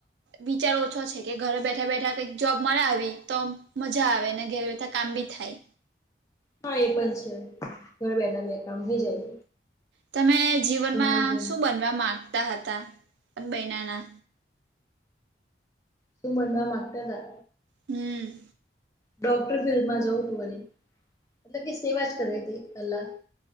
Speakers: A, on the right; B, on the left.
A: વિચાર ઓછો છે કે ઘરે બેઠા બેઠા કઈક જોબ મારે આવી તો મજા આવે અને ઘેર બેથા કામ બી થાય.
B: હા, એ પણ છે ઘરે બેઠા બે કામ થઈ જાય.
A: તમે જીવનમાં
B: ઘરનું ઘર
A: શું બનવા માંગતા હતા પણ બયના ના?
B: શું મવા માગતા તા?
A: હમ્મ.
B: ડોક્ટર ફિલ્ડમાં જવું હતું મને એટલે કે સેવાજ કરવી હતી કલાક.